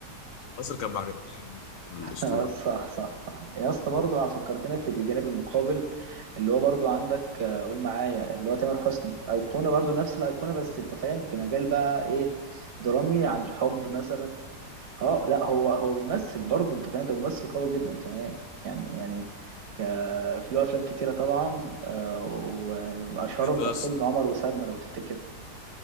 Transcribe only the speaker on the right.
آه، صح صح صح يا اسطى برضه فكرتني في الجانب المقابل اللي هو برضه عندك آه، قول معايا اللي هو تامر حسني ايقونه برضه نفس الايقونه بس انت فاهم في مجال بقى ايه درامي عن الحب مثلا اه لا هو هو بيمثل برضه انت فاهم ده ممثل قوي جدا كمان يعني يعني ك في له افلام كتيره طبعا آه، واشهرهم
كان
فيلم عمر وسلمى لو تفتكر